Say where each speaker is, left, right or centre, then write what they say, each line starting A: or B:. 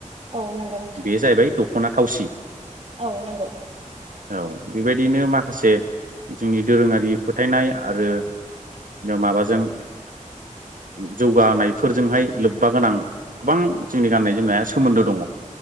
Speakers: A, on the right; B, on the right.
A: औ नंगौ नोंथां
B: बे जाहैबाय दखना थावसि
A: औ नांगौ
B: औ बेबायदिनो माखासे जोंनि दोरोङारि फोथायनाय आरो माबाजों जौगानायफोरजोंहाय लोब्बा गोनां गोबां जोंनि गाननाय जोमनाया सोमोन्दो दङ